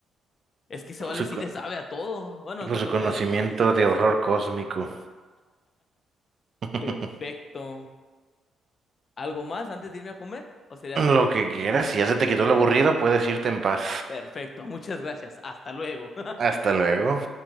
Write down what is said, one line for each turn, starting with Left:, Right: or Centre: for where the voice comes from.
Left: Es que se vale
Right: Su
Left: sí
Right: co-
Left: le sabe a todo. Bueno, en
Right: por
Left: cuanto
Right: su conocimiento
Left: a lo de la astrofísica,
Right: de
Left: sí.
Right: horror cósmico. <laughs>
Left: Perfecto. ¿Algo más antes de irme a comer? ¿O sería
Right: Lo
Left: todo?
Right: que quieras, si ya se te quitó lo aburrido, puedes irte en paz.
Left: Perfecto. Muchas gracias. Hasta luego.
Right: Hasta luego.